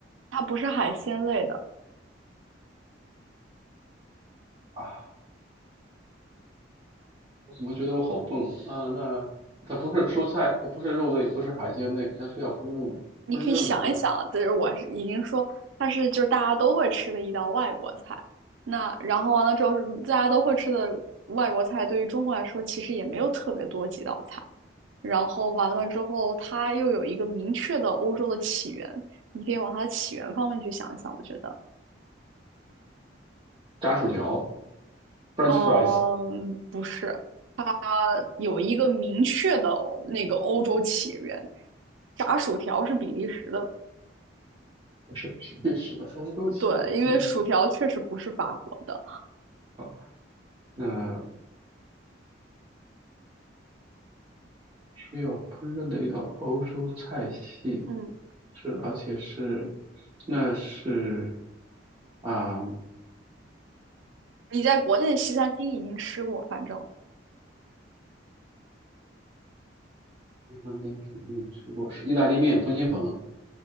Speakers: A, on the right; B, on the right.
A: 它不是海鲜类的，
B: 啊，我怎么觉得我好笨啊？啊那它不是蔬菜，它不是肉类，不是海鲜类，它是要烹饪烹饪的，
A: 你可以想一想，
B: 那是
A: 就是我是已经说它是就是大家都会吃的一道外国菜。那然后完了之后大家都会吃的外国菜，对于中国来说其实也没有特别多几道菜。然后完了之后，它又有一个明确的欧洲的起源，你可以往它的起源方面去想一想。我觉得，
B: 炸薯条，French
A: 嗯，
B: fries。
A: 不是，它有一个明确的那个欧洲起源。炸薯条是比利时的，
B: 我是比利时的欧洲起源。
A: 对，因为薯条确实不是法国的。
B: 你好，那需要烹饪的一道欧洲菜系
A: 嗯，
B: 是，而且是，那是啊，嗯
A: 你在国内的西餐厅已经吃过，反正
B: 西餐厅肯定吃过，是意大利面、通心粉